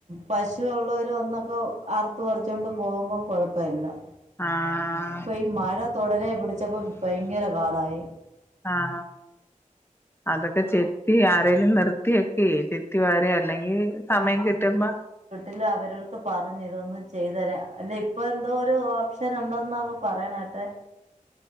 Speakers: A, on the right; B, on the left.
A: പശുള്ളോര് വന്നൊക്കെ അർത്ത് പർചൊണ്ട് പോകുമ്പകൊഴപ്പല്ല
B: ആഹ്
A: പ്പൊ ഈ മഴ തൊടരെ പിടിച്ചപ്പോ ഭയങ്കര കാടായി
B: ആഹ് ഹ അതൊക്കെ ചെത്തി ആരെലും നിർത്തി ഒകെയ് ത്തിവാരാ അല്ലെങ്കി സമയം കിട്ടുമ്പോ
A: ല്ല അവരടുത്ത് പറഞ്ഞ് ഇതൊന്ന് ചെയ്തെരാ അല്ല ഇപ്പഎന്തോരു ഓപ്ഷൻ ഉണ്ടോെന്നൊക്കെ പറയണ കേട്ടെ
B: <inaudible>